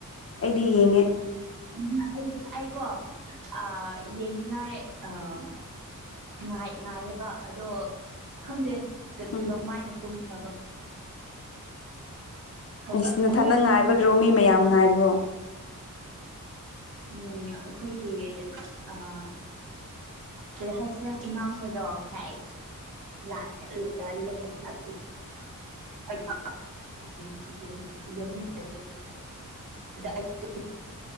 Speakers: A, on the left (about 45°); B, on the right (about 80°).
A: ꯑꯩꯗꯤ ꯌꯦꯡꯉꯦ
B: ꯎꯝ ꯑꯩꯗꯤ ꯑꯩ ꯀꯣ ꯑꯥ ꯌꯦꯡꯅꯤꯡꯉꯥꯏ ꯑꯥ ꯥꯉꯥꯏ ꯉꯥꯏꯌꯦꯕ ꯑꯗꯣ ꯈꯪꯗꯦ
A: ꯎꯝ
B: ꯀꯗꯧꯃꯥꯏꯅ ꯇꯨꯝꯈ꯭ꯔꯕ ꯍꯧꯒꯠ
A: ꯏꯁ ꯅꯊꯟꯅꯗ
B: ꯑꯃꯨꯛ ꯍꯧꯒꯠꯂꯒ
A: ꯉꯥꯏꯕꯒꯤꯔꯣ ꯃꯤ ꯃꯌꯥꯝ ꯉꯥꯏꯕ꯭ꯔꯣ
B: ꯎꯝ ꯑꯩꯈꯣꯏꯒꯤ ꯑꯥ ꯀꯩ ꯍꯥꯏꯁꯤꯔ ꯏꯃꯥ ꯈꯣꯏꯗꯣ ꯍꯥꯏꯁ ꯂꯥꯛ <unintelligible> <unintelligible>